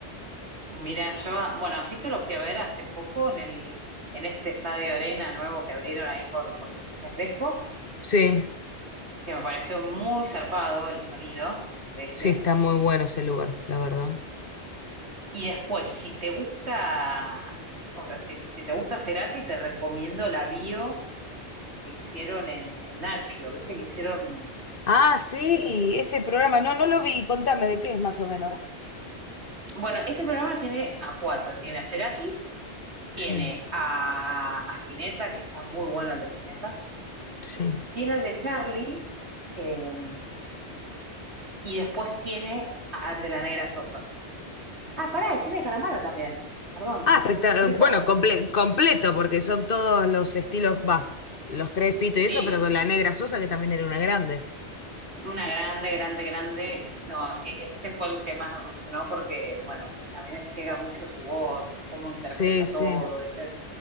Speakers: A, on the right; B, on the left.
A: mirá, yo, a- bueno, a Fito lo fui a ver hace poco en el, en este estadio Arena nuevo que abrieron ahí por, por Villa Crespo,
B: Sí,
A: que me pareció muy zarpado el sonido de ese.
B: sí, está muy bueno ese lugar, la verdad.
A: Y después, si te gusta, o sea, si, si te gusta Cerati, te recomiendo la bio que hicieron en, en Nacho, ¿viste? Que hicieron
B: Ah, sí,
A: eh,
B: ese programa. No, no lo vi. Contame de qué es más o menos.
A: Bueno, este programa tiene a cuatro. Tiene a Cerati, tiene
B: Sí,
A: a, a Spinetta, que está muy bueno el de Spinetta.
B: sí.
A: Tiene el de Charlie eh, y después tiene al de la Negra Sosa. Ah, pará, y tiene Calamaro también. Perdón.
B: Ah, especta-
A: Tiene
B: Bueno,
A: cuatro.
B: comple- completo, porque son todos los estilos, va, los tres Fito
A: Sí,
B: y eso, pero con la negra Sosa, que también era una grande.
A: una grande, grande, grande. No, e- ese fue el que más me emocionó porque, bueno, a mí me llega mucho su voz, cómo interpreta
B: Sí, sí,
A: todo. Ella